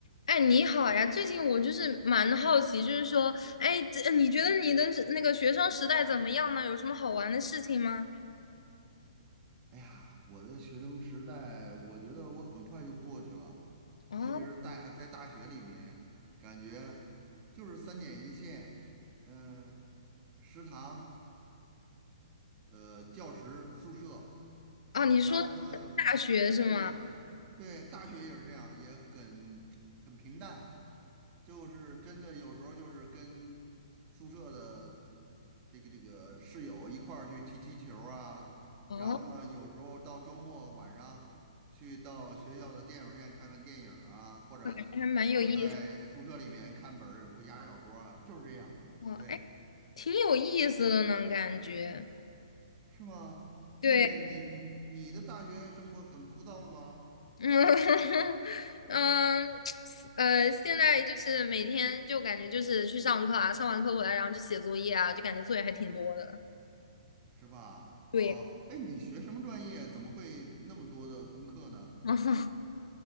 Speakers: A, on the left (about 70°); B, on the right (about 30°).
A: 哎，你好呀！最近我就是蛮好奇，就是说，哎，这你觉得你的是那个学生时代怎么样呢？有什么好玩的事情吗？
B: 哎呀，我的学生时代，我觉得我很快就过去了，
A: 哦，
B: 特别是大在大学里面，感觉就是三点一线，嗯、食堂。呃教室、宿舍，
A: 啊，你说
B: 然后呢，
A: 大学是吗？
B: 对对，大学也是这样，也很很平淡，就是真的有时候就是跟宿舍的这个这个室友一块儿去踢踢球儿啊，
A: 哦，
B: 然后呢，有时候到周末晚上去到学校的电影院看看电影儿啊，或者躺在宿舍里面看本儿武侠小说啊，
A: 那感觉还蛮有意思
B: 就是这样，
A: 哦，
B: 对。
A: 哎，挺有意思的呢，感觉。
B: 是吗？
A: 对，
B: 那你你你你的大学生活很枯燥吗？
A: 嗯 <laughs> 嗯，呃，现在就是每天就感觉就是去上课啊，上完课回来，然后就写作业啊，就感觉作业还挺多的。
B: 是吧？哦，
A: 对，
B: 哎，你学什么专业？怎么会那么多的功课呢
A: <laughs>